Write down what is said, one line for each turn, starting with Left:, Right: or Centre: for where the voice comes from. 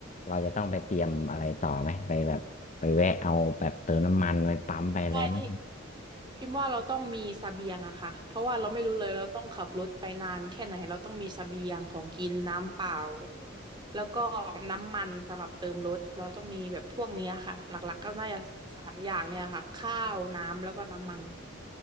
Left: เราจะต้องไปเตรียมอะไรต่อไหมไปแบบไปแวะเอาแบบเติมน้ำมันไปปั๊มไปอะไรไหม
Right: ใช่นี่ พิมพ์ว่าเราต้องมีเสบียงอะค่ะ เพราะว่าเราไม่รู้เลยเราต้องขับรถไปนานแค่ไหนเราต้องมีเสบียงของกินน้ำเปล่าแล้วก็น้ำมันสำหรับเติมรถเราต้องมีแบบพวกเนี้ยค่ะหลักๆก็น่าจะสามอย่างเนี่ยค่ะข้าวน้ำแล้วก็น้ำมัน